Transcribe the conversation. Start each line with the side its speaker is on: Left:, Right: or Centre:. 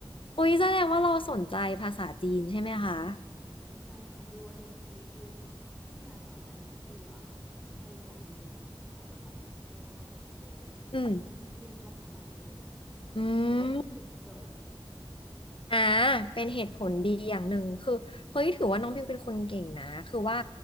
Left: โอ้ยแสดงว่าเราสนใจภาษาจีนใช่ไหมคะ
Centre: ใช่ค่ะบิวเรียนจีนคือพี่มียาก่อนหน้าเนี้ยบิวอะพยายามเรียนอังกฤษแล้วแล้วมันไม่ได้สักทีเราเลยรู้สึกว่างั้นเรียนภาษาใหม่ไปเลย
Left: อืมอืม
Centre: จะได้ <laughs> จบจบ
Left: อ่าเป็นเหตุผลดีอย่างหนึ่งคือเฮ้ยถือว่าน้องบิวเป็นคนเก่งนะคือว่า